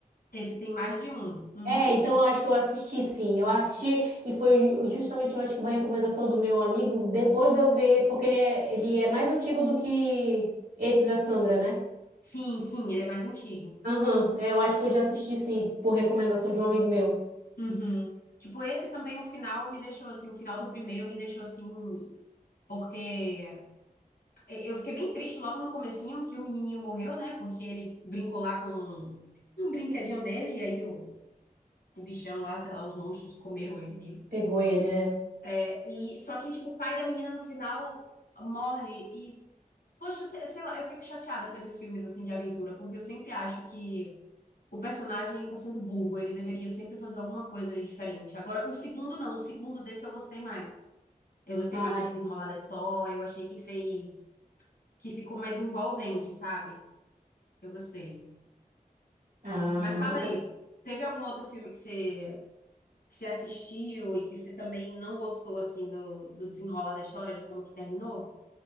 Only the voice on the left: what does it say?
Esse tem mais de um. Uhum.
Sim, sim, ele é mais antigo.
Uhum. Tipo, esse também, o final me deixou assim, o final do primeiro me deixou assim, porque eu fiquei bem triste logo no comecinho que o menininho morreu, né? Porque ele brincou lá com um brinquedinho dele e aí o, o bichão lá, sei lá, os monstros comeram ele, viu?
É, E só que tipo, o pai da menina no final morre Poxa, sei, sei lá, eu fico chateada com esses filmes assim de aventura, porque eu sempre acho que o personagem tá sendo burro, ele deveria sempre fazer alguma coisa ali diferente. Agora, o segundo não, o segundo desse eu gostei mais. Eu gostei
mais do desenrolar da história, eu achei que fez, que ficou mais envolvente, sabe? Eu gostei.
Mas fala aí, teve algum outro filme que você que você assistiu e que você também não gostou assim do, do desenrolar da história, de como que terminou?